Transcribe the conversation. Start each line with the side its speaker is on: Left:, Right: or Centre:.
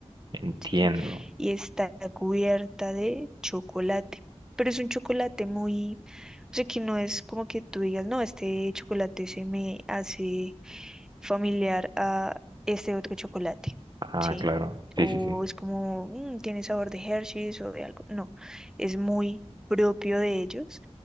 Right: Entiendo.
Centre: ¿sí? Y está cubierta de chocolate. Pero es un chocolate muy, o sea, que no es como que tú digas, no, este chocolate se me hace familiar a este otro chocolate,
Right: Ah,
Centre: ¿sí?
Right: claro. Sí,
Centre: O
Right: sí, sí.
Centre: es como, "Mm, tiene sabor de Hershey's o de algo. No, es muy propio de ellos.